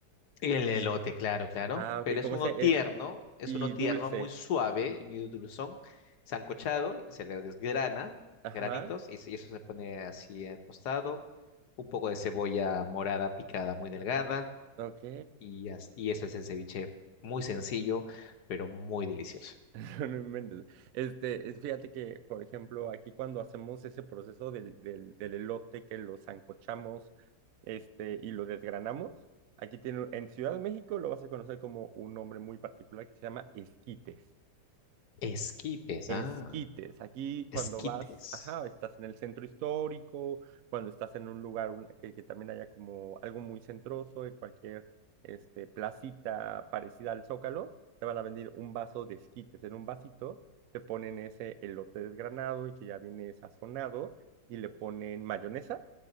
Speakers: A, on the left (about 70°); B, on the right (about 70°).
A: El elote, claro, claro.
B: Ah, ok,
A: Pero es
B: como
A: uno
B: ese,
A: tierno,
B: el,
A: es
B: y
A: uno tierno,
B: dulce.
A: muy suave y muy dulzón, sancochado, y se le desgrana,
B: Ajá,
A: granitos, y se- y eso se pone así al costado. Un poco de cebolla morada picada muy delgada,
B: ok.
A: y, as- y eso es el ceviche muy sencillo, pero muy delicioso.
B: <laughs> No, no inventes. Este, es- fíjate que, por ejemplo, aquí cuando hacemos ese proceso del, del, del elote que lo sancochamos, este, y lo desgranamos, aquí tiene, un- en Ciudad de México lo vas a conocer como un nombre muy particular que se llama esquites.
A: Esquites,
B: Esquites,
A: ah,
B: aquí
A: esquites.
B: cuando vas, ajá, estás en el centro histórico, cuando estás en un lugar un- que, que también haya como algo muy centroso, en cualquier este, placita parecida al Zócalo, te van a vender un vaso de esquites. En un vasito te ponen ese elote desgranado y que ya viene sazonado y le ponen mayonesa,